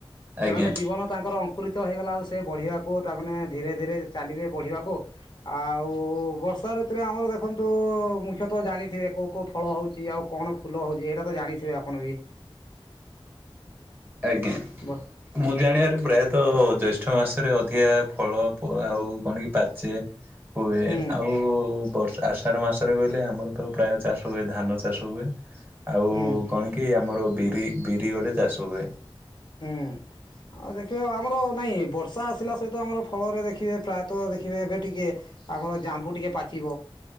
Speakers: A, on the left (about 50°); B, on the right (about 20°).
A: ସେମାନେ
B: ଆଜ୍ଞା
A: ଜୀବନ ତାଙ୍କର ପ୍ରକୃତ ହେଇଗଲା ଆଉ ସେ ବଢ଼ିବାକୁ ତାମାନେ ଧୀରେଧୀରେ ଚାଲିବେ ବଢ଼ିବାକୁ ଆଉ ବ ବର୍ଷା ଋତୁରେ ଆମର ଦେଖନ୍ତୁ ମୁଖ୍ୟତଃ ଜାଣିଥିବେ କୋଉ କୋଉ ଫଳ ହୋଉଛି ଆଉ କଣ ଫୁଲ ହୋଉଛି ଏଇରା ତ ଜାଣିଥିବେ ଆପଣ ବି।
B: ଆଜ୍ଞା।
A: ହୁଁ
B: ମୁଁ ଜାଣିବାରେ ପ୍ରାୟତଃ ଜ୍ୟେଷ୍ଠ ମାସରେ ଅଧିକା ଫଳ ଆଉ ବଣିକି ପାଚେ ହୁଏ।
A: ହୁଁ
B: ଆଉ ବ ଆଷାଢ ମାସରେ ବୋଇଲେ ଆମରତ ପ୍ରାୟ ଚାଷ ହୁଏ ଧାନ ଚାଷ ହୁଏ। ଆଉ
A: ହୁଁ
B: କଣ କି ଆମର ବିରି ବିରି ଗୋଟେ ଚାଷ ହୁଏ।
A: ହୁଁ। ଆଉ ଦେଖିବ ଆମର ନାଇଁ ବର୍ଷା ଆସିଲା ସହିତ ଆମର ଫଳରେ ଦେଖିବେ ପ୍ରାୟତଃ ଦେଖିବେ ଏବେ ଟିକେ ଆମର ଜାମ୍ୱୁ ଟିକେ ପାଚିବ